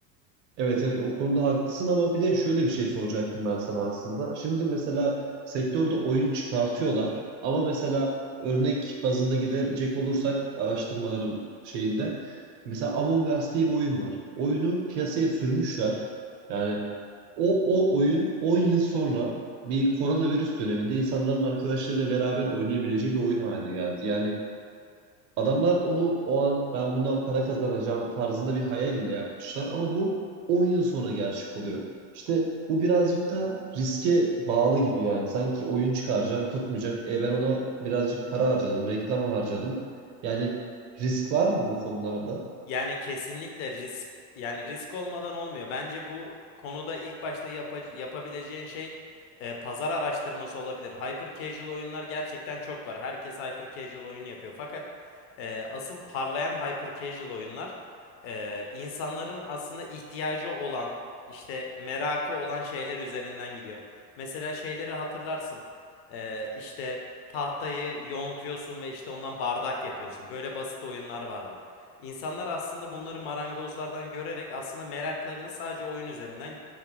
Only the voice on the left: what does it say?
Yani kesinlikle risk yani risk olmadan olmuyor. Bence bu konuda ilk başta yapa- yapabileceğin şey e, pazar araştırması olabilir. Hyper casual oyunlar gerçekten çok var. Herkes hyper casual oyun yapıyor. Fakat e, asıl parlayan hyper casual oyunlar e, insanların aslında ihtiyacı olan işte merakı olan şeyler üzerinden gidiyor. Mesela şeyleri hatırlarsın. E, işte tahtayı yontuyorsun ve işte ondan bardak yapıyorsun. Böyle basit oyunlar vardı. İnsanlar aslında bunları marangozlardan görerek aslında meraklarını sadece oyun üzerinden